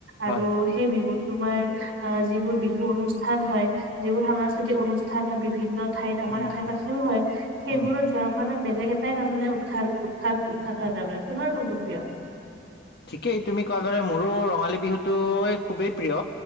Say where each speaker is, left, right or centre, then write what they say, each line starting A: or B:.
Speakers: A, on the right; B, on the left.
A: আৰু
B: হয়
A: সেই বিহুত তোমাৰ আহ যিবোৰ বিহু অনুষ্ঠান হয় যিবোৰ সাংস্কৃতিক অনুষ্ঠান হয় বিভিন্ন ঠাইত আমাৰ
B: উম
A: আশে
B: উম
A: পাশেও হয় সেইবোৰত
B: উম
A: যোৱাৰ বেলেগ এটাই তাৰমানে উৎসাল উৎসাল উৎসাত তাৰানে তোমাৰ কোণটো প্ৰিয় <unintelligible>
B: ঠিকেই তুমি কোৱাৰ দৰে মোৰো ৰঙালী বিহুটোৱে খুবেই প্ৰিয়